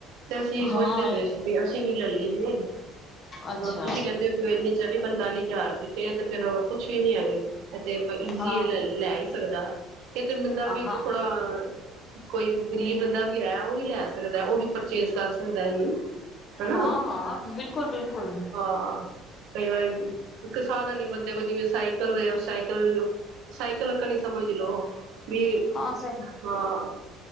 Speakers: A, on the right; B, on the left.
A: ਤੇ ਅਸੀਂ ਸੋਚਦੇ
B: ਹਾਂ
A: ਪਏ
B: ਇਹ
A: ਸੀ ਵੀ ਅਸੀਂ ਵੀ ਲੈ ਲਈਏ
B: ਅੱਛਾ
A: ਤੁਸੀਂ ਕਹਿੰਦੇ ਹੋ ਕਿ ਇੰਨੀ ਚਾਲੀ ਪੰਤਾਲੀ ਯਾਰ ਤੇ ਇਹ ਤੇ ਫੇਰ ਕੁੱਛ ਵੀ ਨੀ ਹੈਗੀ ਜ਼ੀ
B: ਹਾਂ
A: ਲੈ ਲੈ ਹੀ ਸਕਦਾ ਕਿਤੇ ਬੰਦਾ
B: ਹਾਂ
A: ਵੀ ਕੋ ਥੋੜਾ ਕੋਈ ਗਰੀਬ ਬੰਦਾ ਵੀ ਹੈ ਉਹ ਵੀ ਲੈ ਸਕਦਾ ਉਹ ਵੀ ਚੇਸ ਕਰ ਸਕਦਾ ਇਹਨੂੰ ਹਨਾ
B: ਹਾਂ ਹਾਂ ਬਿਲਕੁਲ ਬਿਲਕੁਲ
A: ਆਹ ਕਈ ਵਾਰ ਇੱਕ ਸਾਧਨ ਹੀ ਬੰਦੇ ਕੋਲ ਜਿਵੇਂ ਸਾਈਕਲ ਹੋਇ ਆ ਸਾਈਕਲ ਸਾਇਕ ਲ ਕ ਨਹੀਂ ਸਮਝ ਲੋ ਵੀ
B: ਹਾਂ ਸ
A: ਹਾਂ